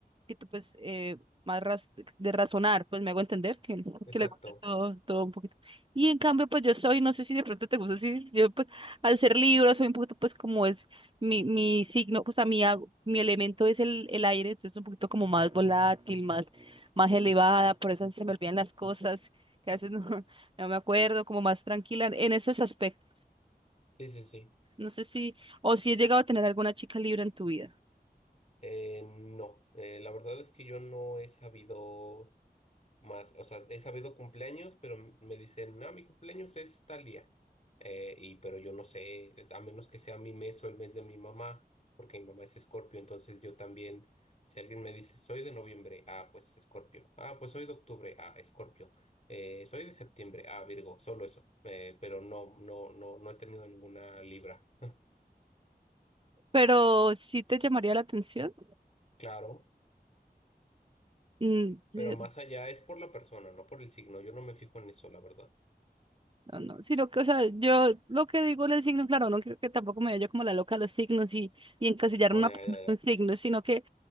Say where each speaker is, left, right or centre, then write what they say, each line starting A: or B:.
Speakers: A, on the right; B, on the left.
A: que tú, pues, eh, más raz- de razonar, pues me hago entender que,
B: exacto,
A: que le gusta todo, todo un poquito. Y en cambio, pues yo soy, no sé si de pronto te gusta así, yo pues al ser Libra soy un poquito pues como es mi, mi signo, o sea, mi, ag- mi elemento es el, el aire, entonces un poquito como más volátil, más, más elevada, por eso se me olvidan las cosas, que a veces no, <laughs> no me acuerdo, como más tranquila en esos aspectos.
B: sí, sí, sí,
A: No sé si, o si he llegado a tener alguna chica Libra en tu vida,
B: Eh, no, eh, la verdad es que yo no he sabido Más, o sea, he sabido cumpleaños, pero m- me dicen, no, mi cumpleaños es tal día. Eh, y pero yo no sé, es- a menos que sea mi mes o el mes de mi mamá, porque mi mamá es Escorpio, entonces yo también, si alguien me dice, soy de noviembre, ah, pues Escorpio. Ah, pues soy de octubre, ah, Escorpio. Eh, soy de septiembre, ah, Virgo, solo eso. Eh, pero no, no, no, no he tenido ninguna Libra. <laughs>
A: pero sí te llamaría la atención.
B: Claro,
A: Mm, sí,
B: pero más allá es por la persona, no por el signo. Yo no me fijo en eso, la verdad.
A: No, no, sino que, o sea, yo lo que digo del signo, claro, no creo que tampoco me vaya como la loca a los signos y, y encasillar
B: Ah,
A: una
B: ya,
A: persona
B: ya, ya.
A: en un signo, sino que